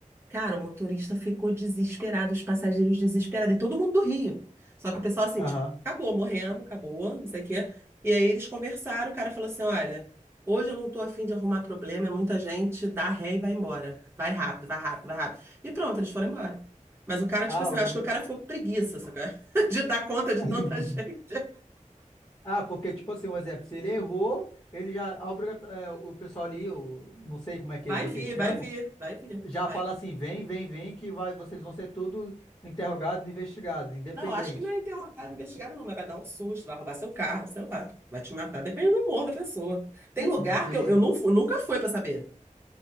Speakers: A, on the right; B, on the left.
A: cara, o motorista ficou desesperado, os passageiros desesperados, e todo mundo do Rio. Só que o pessoal assim,
B: Aham.
A: tipo, acabou, morrendo, acabou, não sei o quê. E aí eles conversaram, o cara falou assim: olha, hoje eu não tô afim de arrumar problema, é muita gente, dá ré e vai embora. Vai rápido, vai rápido, vai rápido. E pronto, eles foram embora. Mas o cara,
B: Ah,
A: tipo assim, eu
B: eu
A: acho
B: não-
A: que o cara ficou com preguiça, sabe? <laughs> De dar conta
B: <laughs>
A: de tanta <laughs> gente.
B: Ah, porque, tipo assim, um exemplo, se ele errou, ele já, a obrigat- é, o pessoal ali, o, não sei como é que
A: Vai
B: vocês
A: vir,
B: chamam,
A: vai vir, vai vir.
B: já
A: Vai
B: fala
A: vir.
B: assim, vem, vem, vem, que vai, vocês vão ser tudo interrogado, investigado, independente.
A: Não, acho que não é interrogar, investigado, não, mas vai dar um susto, vai roubar seu carro, sei lá, vai te matar, depende do humor da pessoa. Tem
B: <laughs>
A: lugar
B: Ok.
A: que eu, eu não fui- nunca fui pra saber,